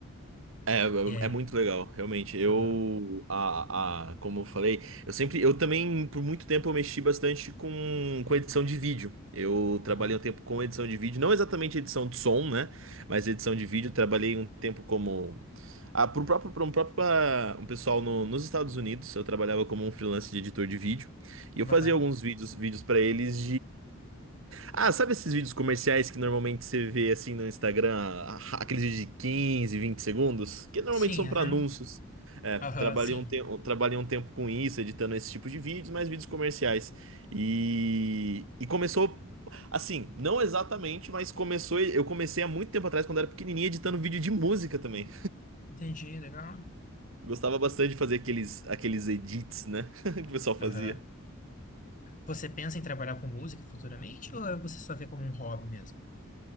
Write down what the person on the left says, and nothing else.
É.
Aham.
aham.
Que
bacana.
Sim,
aham.
Aham,
sim.
Entendi, legal.
Aham. Você pensa em trabalhar com música futuramente ou é você só vê como um hobby mesmo?